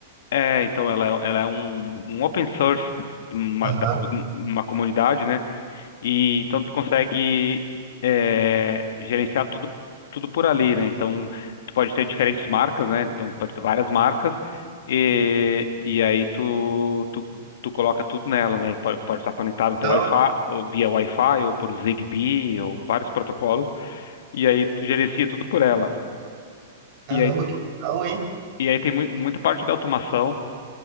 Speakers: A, on the left; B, on the right.
A: é, então, ela, é- ela é um, um open source, de uma,
B: Aham.
A: da, co- uma comunidade, né? E então tu consegue é, gerenciar tudo, tudo por ali, né? Então tu pode ter diferentes marcas, né? Então pode ter várias marcas e, e aí tu, tu, tu coloca tudo nela, né? E pode, pode estar conectado no teu
B: Então,
A: Wi-Fi, ou via Wi-Fi, ou por Zigbee, ou vários protocolos, e aí tu gerencia tudo por ela.
B: caramba,
A: E aí,
B: que legal, hein?
A: e aí tem mu muita parte da automação